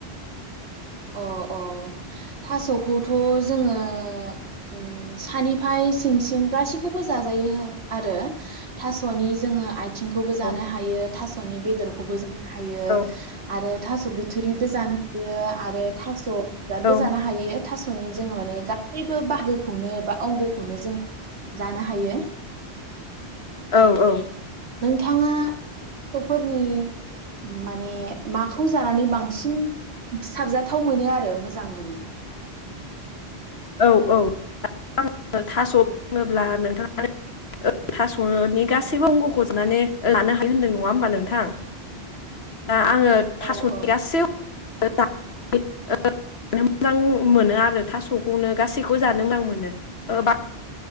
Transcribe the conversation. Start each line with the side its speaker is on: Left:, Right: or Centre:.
Right: अ औ थास'खौथ' जोङो उ सानिफ्राय सिंसिम गासैखौबो जाजायो आरो थास'नि जोङो आइ थिंखौबो जानो
Left: औ
Right: हायो थास'नि बेदरखौबो जों हायो
Left: औ
Right: आरो थास' बिथुरिबो जानो हायो। आरो थास' बिबारबो
Left: औ
Right: जानो हायो थास'नि जों माने गासैबो बाहागो नो बा अंगखौनो जों जानो हायो
Left: औ औ
Right: थाङा <unintelligible> फोरनि माने माखौ जानानै बांसिन साबजाथाव मोनो आरो मोजां मोनो
Left: औ औ आं थास' बुङोब्ला नोंथाङा थास'नि गासैबो अंग'खौनो जानो हायो होनदों नङा होमबा नोंथां दा आङो थास'नि
Right: औ औ
Left: गासै <unintelligible> मोजां मोनो आरो थास' खौनो गासैखौबो जानो मोजां मोनो ओ बा